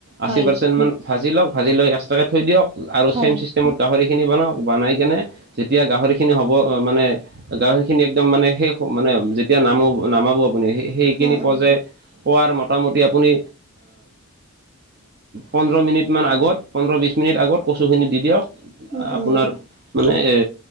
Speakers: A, on the right; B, on the right.
A: হয়,
B: আশী পাৰ্চেণ্ট মান, ভাজি লওক ভাজি লৈ এক্সট্ৰাকৈ থৈ দিয়ক আৰু
A: হয়,
B: ছেম চিষ্টেম, গাহৰিখিনি বনাওক বনাই কেনে যেতিয়া গাহৰিখিনি হ'ব, মানে গাহৰি খিনি একদম মানে শেষ মানে যেতিয়া নাম নামাব আপুনি সেইখিনি
A: উম, উম।
B: পৰ্যায় পোৱাৰ মোটামুটি আপুনি পোন্ধৰ মিনিটমান আগত পোন্ধৰ বিছ মিনিট আগত কচুখিনি দি দিয়ক,
A: উম,
B: আপোনাৰ
A: উম,
B: মানে